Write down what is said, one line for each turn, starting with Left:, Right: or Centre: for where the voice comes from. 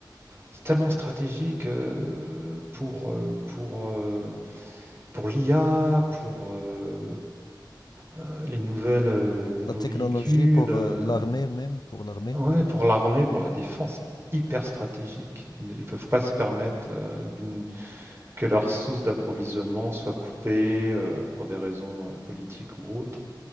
Right: C'est tellement stratégique euh, pour, euh, pour euh, pour l'IA, pour euh, euh, les nouvelles, euh, les nouveaux
Left: La technologie
Right: véhicules,
Left: pour
Right: euh,
Left: euh, l'armée même, pour l'armée.
Right: ouais, pour l'armée, pour la défense, c'est hyper stratégique. Ils ne ils peuvent pas se permettre euh, d'une- que leur source d'approvisionnement soit coupée euh, pour des raisons euh, politiques ou autres.